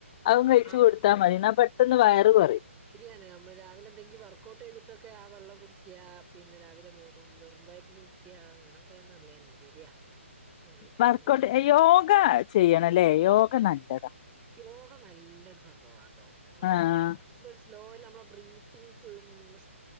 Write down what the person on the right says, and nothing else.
ആ
ശരിയാണ് നമ്മള് രാവിലെ എന്തെങ്കും വർക്കഔട്ട് ചെയ്തിട്ടൊക്കെ ആ വെള്ളം കുടിക്ക പിന്നെ രാവിലെ മൂ വെറും വയറ്റിൽ കുടിക്കിയ അങ്ങനെക്കെള്ള ന്നല്ലേ ശരിയാ ഉം.
ഉം.
യോഗ നല്ലൊരു സംഭവംട്ടോ അതെന്നെ
<unintelligible> സ്ലോല് നമ്മെ ബ്രീത്തിങ്സ്ക്ക് മ്